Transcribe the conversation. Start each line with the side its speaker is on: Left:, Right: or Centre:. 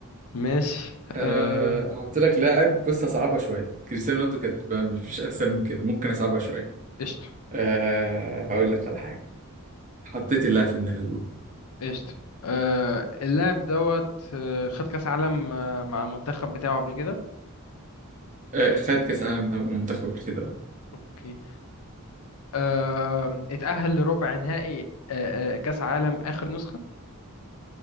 Left: ماشي
Right: آه،
Left: آه
Right: هحط لك لاعب بص هصعبها شوية كريستيانو رونالدو كانت بقى مفيش أسهل من كده ممكن أصعبها شوية
Left: قشطه
Right: أه هقول لك على حاجة حطيت اللاعب في دماغي
Left: قشطه آه اللاعب دوت آه، خد كاس عالم آه، مع المنتخب بتاعه قبل كده
Right: آه، خد كأس العالم بتاع منتخب قبل كده آه.
Left: اوكي آه، اتأهل لربع نهائي آه، آه، كأس عالم آخر نسخة